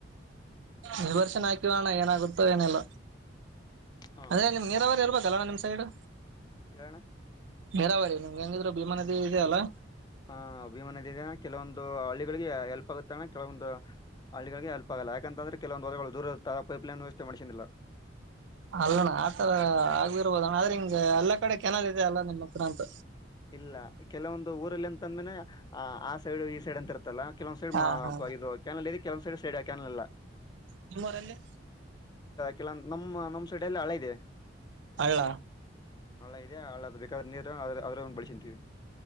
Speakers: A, on the right; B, on the left.
A: ಈ ವರ್ಶನು ಹಾಕಿವಣ ಏನಾಗುತ್ತೋ ಏನಿಲ್ಲ
B: ಹಾ
A: ಅದೇ
B: ಹಾ
A: ನಿಮ್ ನೀರಾವರಿ ಎಲ್ಲಿ ಬರ್ತ ಕಲವ ನಮ ಸೈಡು
B: ಹೇಳಣ್ಣ
A: ನೀರಾವರಿ ನಿಮ್ಗೆ ಹೆಂಗಿದ್ರು ಭೀಮಾ ನದಿ ಇದೆಯ ಅಲ್ಲಾ
B: ಹಾ ಭೀಮಾ ನದಿ ಇದೆ ಕೆಲವೊಂದು ಹಳ್ಳಿಗಳಿಗೆ ಹೆಲ್ಪ್ ಆಗುತ್ ತಣಾ ಕೆಳಗೊಂದು ಹಳ್ಳಿಗಳಿಗೆ ಹೆಲ್ಪ್ ಆಗಲ್ಲ ಯಾಕೆಂತಂದ್ರೆ ಕೆಲವೊ ಹೊಲಗಳು ದೂರಿರತ್ತ ಪೈಪ್ಲೈನ್ ವ್ಯವಸ್ಥೆ ಮಾಡಸನಿಲ್ಲ
A: ಅಲ್ಲಣ್ಣ ಆತರ ಆಗ್ದರ್ಬೋದ ಅಣ್ಣ ಆದ್ರೆ ಹಿಂಗ ಎಲ್ಲ ಕಡೆ ಕೆನಲ್ ಇದೆ ಅಲ್ಲ ನಿಮ್ಮ ಹತ್ರ ಅಂತ
B: ಇಲ್ಲ ಕೆಲವೊಂದು ಊರಲ್ಲಿ ಅಂತ ಅಂದ್ಮೇನೆ ಆ ಆ ಸೈಡ್ ಈ ಸೈಡ್ ಅಂತ ಇರ್ತಲ್ಲ ಕೆಲವೊಂದು ಸೈಡ್
A: ಹಾ ಹಾ
B: ಇದು ಕ್ಯಾನಲ್ ಕೆಲಂದ್ ಸೈಡ್ ಸೈಡ್ ಹಾಕಲ್ಲ
A: ನಿಮೂರಲ್ಲಿ
B: ಕೆಲವ ನಮ್ಮ ನಮ್ಮ್ ಸಡ ಎಲ್ಲ ಹಳೆ ಇದೆ
A: ಅಳ್ಳ
B: ಹಳ್ಳ ಇದೆ ಹಳ್ಳ ಅದು ಬೇಕಾದ್ರೆ ನೀರು ಅದ್ರ ಒಂದು ಬಳಸಂತೀವಿ